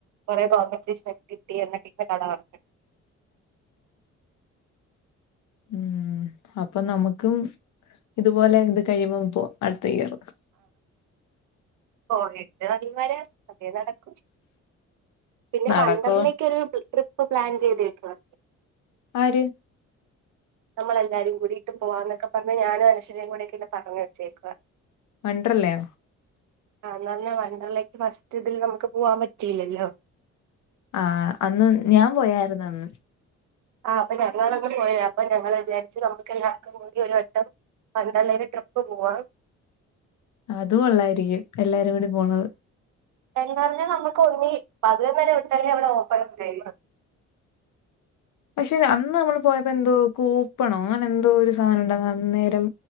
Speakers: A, on the right; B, on the left.
A: കുറെ കോമ്പൻസേഷൻ ഒക്കെ കിട്ടി എന്നക്കെ <unintelligible>
B: ഉം അപ്പൊ നമുക്കും ഇതുപോലെ ഇത് കഴിയ്പം പോ അടുത്ത ഇയർ
A: പോയിട്ട് വന്ന വരാ അതെ നടക്കും പിന്നെ
B: നടക്കോ
A: വണ്ടറിലേക്കൊരു ട്രിപ്പ് പ്ലാൻ ചെയ്ത്ക്കുവാ
B: ആര്
A: നമ്മളെല്ലാരും കൂടിയിട്ട് പോവാന്നൊക്കെ പറഞ്ഞ് ഞാനും അനശ്വരയും കൂടെക്കെ പറഞ്ഞ് വച്ചേക്കുക
B: മണ്ടറല്ലേ
A: ആ എന്നാ പറഞ്ഞ വണ്ടറിലേക്ക് ഫസ്റ്റ് ഇതിൽ നമുക്ക് പോവാൻ പറ്റീല്ലല്ലോ
B: ആ അന്ന് ഞാൻ പോയായിരുന്നു അന്ന്
A: ആ അപ്പൊ ഞങ്ങളൊന്ന പോരാ അപ്പൊ ഞങ്ങൾ വിചാരിച്ച് നമുക്ക് എല്ലർക്കും കൂടി ഒരു വട്ടം വണ്ടറെല്ല ട്രിപ്പ് പോവാ
B: അതു കൊള്ളായിരിക്കും എല്ലാരും കൂടി പോണത്
A: എന്താ പറഞ്ഞാൽ നമുക്ക് ഒന്ന പതിനൊന്നര വിട്ടല്ലേ അവിടെ ഓഫർ ഇട്ടേ
B: പക്ഷെ അന്ന് നമ്മള് പോയപ്പോൾ എന്തോ കൂപ്പണോ അങ്ങനെ എന്തോ ഒരു സാധനം ഉണ്ടായിരുന്നു അന്നേരം